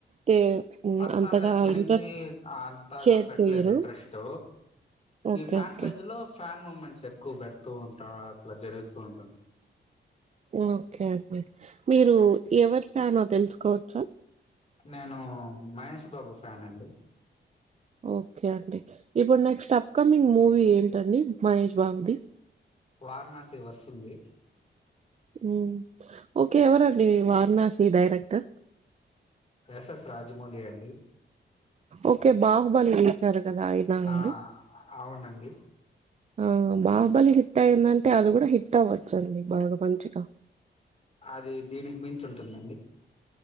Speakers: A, on the right; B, on the left.
A: తే హ్మ్.
B: పర్సనల్
A: అంతగా
B: లైఫ్ గురించి
A: ఇంట్రెస్ట్
B: అంతాగా
A: షేర్
B: పెట్టలేదు
A: చెయ్యరు.
B: ఇంట్రెస్ట్
A: ఓకే.
B: ఈ Fan
A: okay.
B: పేజ్ లో ఫ్యాన్ హిప్పు మూమెంట్స్ ఎక్కువ పెడతూ ఉంటా అట్లా జరుగుతూ ఉంటుంది
A: ఓకే అండి మీరు ఎవరి ఫ్యానో తెలుసుకోవచ్చా
B: నేను మహేష్ బాబు ఫ్యాన్ అండి
A: ఓకే అండి ఇప్పుడు నెక్స్ట్ అప్ కమింగ్ మూవీ ఏంటండి మహేష్ బాబుది?
B: వారణాసి వస్తుంది
A: ఉమ్ ఓకే ఎవరండి వారణాసి డైరెక్టర్
B: ఎస్ఎస్ రాజమౌళి అండి
A: ఓకే బాహుబలి తీశారు కదా! ఆయనా అండి?
B: ఆ అవునండి
A: ఆ బాహుబలి హిట్ అయిందంటే అది కూడా హిట్ అవ్వచ్చండి బాగా మంచిగా
B: అది దీనికి మించి చ్చుంటుందండి